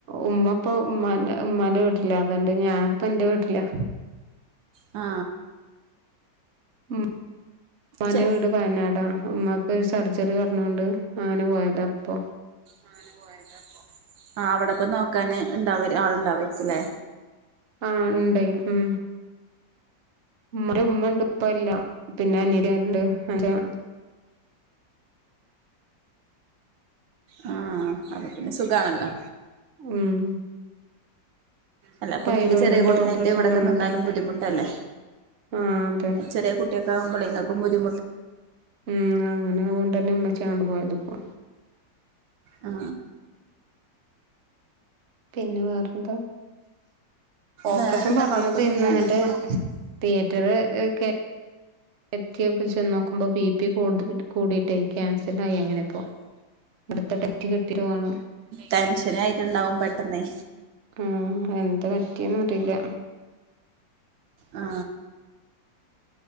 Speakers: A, on the right; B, on the right.
A: ഉമ്മപ്പൊ ഇമ്മ ഇമ്മാന്റെവീട്ടിലാഅതണ്ട് ഞാനപ്പ എന്റെ വീട്ടിലാ
B: ആ
A: ഉം ഇമ്മാന്റെ
B: ചെ
A: വീട് വയനാടാ ഇമ്മാക്ക് ഒരു സർജറി പറഞ്ഞൊണ്ട് അങ്ങനെ പോയതാ ഇ പ്പൊ
B: അങ്ങനെ പോയതാപ്പൊ ആ അവിടെപ്പൊ നോക്കാന് ഇണ്ടാവ ആളുണ്ടാവരിക്കുംല്ലേ
A: ആ ഇണ്ടയ് ഉം ഉമ്മര ഉമ്മ ഇണ്ട് ഇപ്പല്ല പിന്നെ അ <unintelligible> രുണ്ട് അ
B: ആഹ അത പിന്നെ സുഖാണല്ലോ
A: ഉം
B: അല്ല അപ്പൊ
A: തൈറോയിഡിന്റെ
B: നിങ്ങക്ക് ചെറിയ കൂട്ടനായിട്ട്
A: ഓപ്പറേഷൻ
B: ഇവിടൊക്കെ
A: പറഞ്ഞിട്ടെ
B: നിന്നാലും ബുദ്ധിമുട്ടല്ലേ
A: ആഹ് അതെ
B: ചെറിയ കുട്ടിയൊക്കെ ആകുമ്പോളെ നമുക്ക് ബുദ്ധി
A: ഉം അങ്ങനെ അതൊണ്ടന്നെ ഉമ്മച്ചി അങ്ങോട് പോയതിപ്പോ
B: ആ
A: പിന്നെ വേറെന്താ ഓപ്പറേഷൻ
B: വേറെന്താ
A: പറഞ്ഞതായിരുന്നു
B: കൊഴപ്പൊന്നുല്ല
A: എന്നിട്ട്
B: അങ്ങനെ പോണ്
A: തിയേറ്ററ് ക എത്തിയപ്പ ചെന്ന് നോക്കുമ്പോ ബി പി കു കൂടിട്ടായി ക്യാൻസൽ ആയി അങ്ങനെ അപ്പ അടുത്ത <unintelligible> കെട്ടി വേണം
B: ടെൻഷനായിയിട്ടുണ്ടാവും പെട്ടെന്നേ
A: ആ എന്താ പറ്റിയന്നറിയില്ല
B: ആ